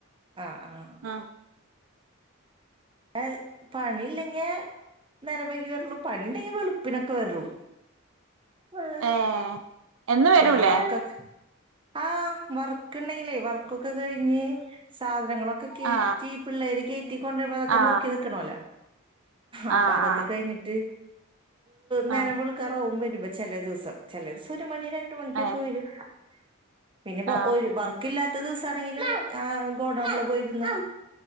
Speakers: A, on the right (about 25°); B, on the right (about 75°).
A: ആ ആ
B: ഉം
A: എ പണില്ലെങ്കി നേരം വൈകിയേവരൂള്ളൂ പണി ഉണ്ടെങ്കി വളുപ്പിനൊക്കെ വരുള്ളൂ ആഹ്
B: ഏ എന്ന് വരൂലേ
A: ആഹ് വർക്കക് ആഹ് വർക്ക് ഉണ്ടെങ്കിലേ വർക് ക്കൊക്കെ കഴിഞ്ഞ് സാധനങ്ങളൊക്കെ കയറ്റി
B: ആ ആ
A: പിള്ളേര് കയറ്റി കൊണ്ടരുമ്പോ
B: ആ
A: പോല അപ്പൊ
B: ആ
A: അതൊക്കെ
B: ആ
A: കഴിഞ്ഞിട്ട് നേരം
B: ആ
A: വെളുക് ക്കാറാവുംവരുമ്പോ ചില ദിവസം ചില ദിവസം ഒരു മണി രണ്ട് മണിക്കൊക്കെ
B: ഏ
A: വരും പിന്നെ <unintelligible>
B: ആ
A: വർക്കില്ലാത്ത ദിവസ ആണെങ്കിലും ആ ഗോഡൗണില് പോയിരുന്ന്